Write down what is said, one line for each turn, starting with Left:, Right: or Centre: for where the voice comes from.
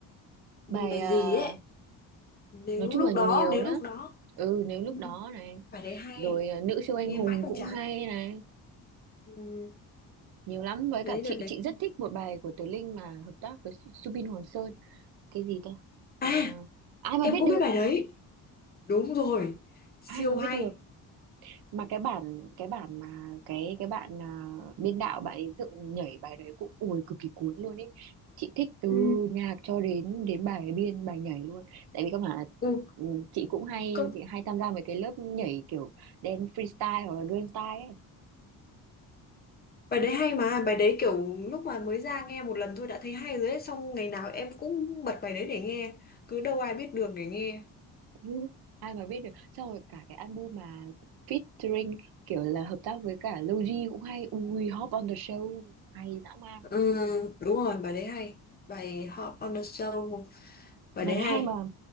Left: bài
Right: bài à,
Left: gì ấy? Nếu
Right: nói chung
Left: lúc
Right: là nhiều
Left: đó, nếu
Right: lắm
Left: lúc đó.
Right: ừ nếu lúc
Left: Ừ,
Right: đó này
Left: Bài đấy hay,
Right: rồi à, nữ siêu anh
Left: nghe
Right: hùng
Left: mãi không
Right: cũng
Left: chán.
Right: hay này
Left: ừ,
Right: nhiều lắm với
Left: đấy
Right: cả chị
Left: đợt đấy.
Right: chị rất thích một bài của Tố Linh mà hợp tác với Su- Subin Hoàng Sơn cái gì ta
Left: À,
Right: Ờ, ai mà
Left: em
Right: biết được
Left: cũng biết bài đấy. Đúng rồi, siêu
Right: ai mà biết
Left: hay.
Right: được mà cái bản cái bản mà cái cái bạn à, biên đạo bạn ấy dựng nhảy bài đấy cũng ui cực kỳ cuốn luôn ấy chị thích từ
Left: Ừ,
Right: nhạc cho đến đến bài biên bài nhảy luôn tại vì các bạn
Left: ừ.
Right: ừ, chị cũng hay
Left: Có,
Right: hay tham gia mấy cái lớp nhảy kiểu dance freestyle hoặc là girl style ấy <laughs>
Left: Bài đấy hay mà, bài đấy kiểu lúc mà mới ra nghe một lần thôi đã thấy hay rồi ấy xong ngày nào em cũng bật bài đấy để nghe, cứ đâu ai biết được để nghe.
Right: Ừ, ai mà biết được xong rồi cả cái album mà featuring kiểu là hợp tác với cả Logi cũng hay ui hop on the show hay dã man
Left: Ừ, đúng rồi, bài đấy hay, bài Hot on the Show, bài
Right: Bài
Left: đấy
Right: thứ
Left: hay.
Right: hai mà